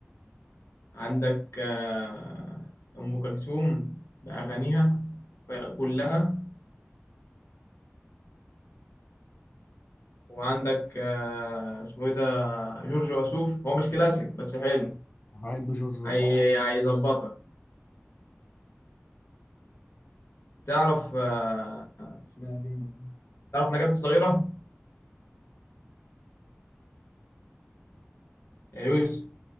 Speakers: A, on the left; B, on the left.
A: عندك آه، أم كلثوم بأغانيها كلها وعندك آه، اسمه إيه ده جورج وسوف هو مش كلاسيك بس حلو
B: بحب جورج وسوف
A: هي- هيظبطك تعرف آه، اسمها إيه دي تعرف نجاة الصغيرة يا يوسف